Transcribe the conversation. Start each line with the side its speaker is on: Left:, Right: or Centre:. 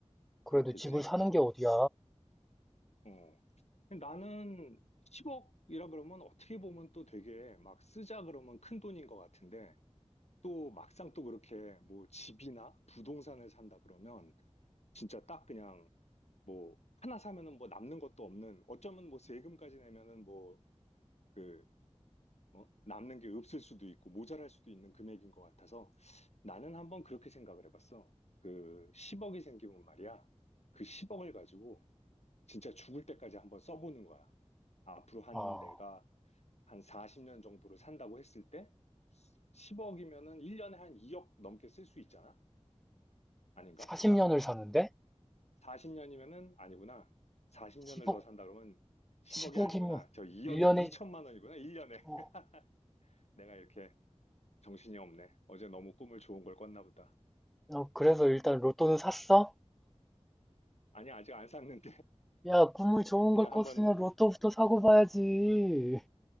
Centre: 그래도
Left: 그렇겠지?
Centre: 집을 사는 게 어디야?
Left: 어, 나는 10억이라 그러면 어떻게 보면 또 되게 막 쓰자 그러면 큰 돈인 것 같은데 또 막상 또 그렇게 뭐 집이나 부동산을 산다 그러면 진짜 딱 그냥 뭐 하나 사면은 뭐 남는 것도 없는 어쩌면 뭐 세금까지 내면은 뭐그 어? 남는 게 없을 수도 있고 모자랄 수도 있는 금액인 것 같아서 나는 한번 그렇게 생각을 해봤어. 그 10억이 생기면 말이야. 그 10억을 가지고 진짜 죽을 때까지 한번 써보는 거야. 앞으로 한
Centre: 아
Left: 내가 한 40년 정도를 산다고 했을 때 10억이면은 1년에 한 2억 넘게 쓸 수 있잖아? 아닌가?
Centre: 40년을 사는데
Left: 40년이면은 아니구나. 40년을
Centre: 10억
Left: 더 산다 그러면 10억이
Centre: 10억이면
Left: 아니구나. 저 2억에
Centre: 1년에
Left: 2천만 원이구나. 1년에.
Centre: 어,
Left: <laughs> 내가 이렇게 정신이 없네. 어제 너무 꿈을 좋은 걸 꿨나 보다.
Centre: 어, 그래서 일단 로또는 샀어?
Left: 아니, 아직 안 샀는데
Centre: 야 꿈을 좋은
Left: <laughs> 그냥
Centre: 걸 꿨으면
Left: 한번
Centre: 로또부터 사고 봐야지